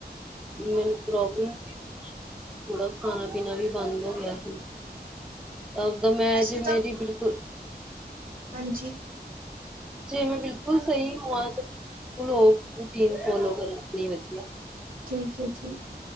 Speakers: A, in the centre; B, on the right.
A: ਮੈਨੂੰ ਪ੍ਰੋਬਲਮ ਸੀ ਥੋੜਾ ਖਾਣਾ -ਪੀਣਾ ਵੀ ਬੰਦ ਹੋ ਗਿਆ ਸੀ। ਤ ਦਾ ਮੈਂ
B: ਵੈਸੇ
A: ਅਜੇ ਮੇਰੀ
B: ਤਾਂ
A: ਬਿਲਕੁਲ
B: ਹਾਂਜੀ।
A: ਜੇ ਮੈਂ ਬਿਲਕੁਲ ਸਹੀ ਹੋਵਾਂ ਲੋਕ ਰੂਟੀਨ ਫੋਲੋ ਕਰਨ ਨ ਵਧੀਆ।
B: ਠੀਕ ਹੈ ਜੀ,